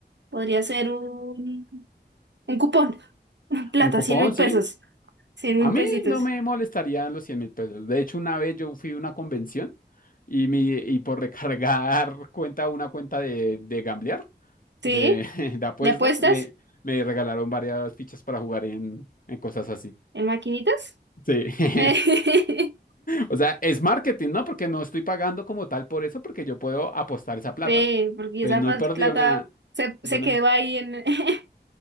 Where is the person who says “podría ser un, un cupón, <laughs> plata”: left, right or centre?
Right